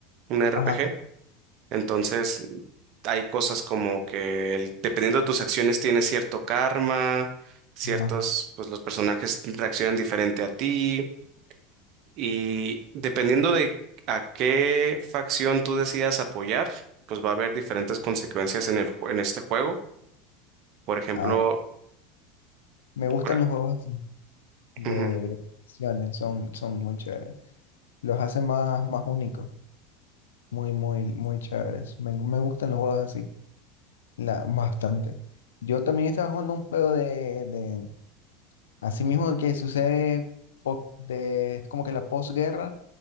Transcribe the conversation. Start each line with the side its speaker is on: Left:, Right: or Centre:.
Right: un RPG,
Left: ajá,
Right: entonces hay cosas como que el- dependiendo de tus acciones tiene cierto karma, ciertos,
Left: ah,
Right: pues los personajes reaccionan diferente a ti. Y dependiendo de a qué facción tú decidas apoyar, pues va a haber diferentes consecuencias en el, ju- en este juego. Por ejemplo,
Left: ah. Me gustan
Right: por-
Left: los juegos así de,
Right: ujú.
Left: de opciones, son, son muy chéveres. Los hacen más, más únicos, muy, muy, muy chéveres. Me, me gustan los juegos así, la, bastante. Yo también estaba jugando un juego de, de, Asimismo, el que sucede po- de, es como que la posguerra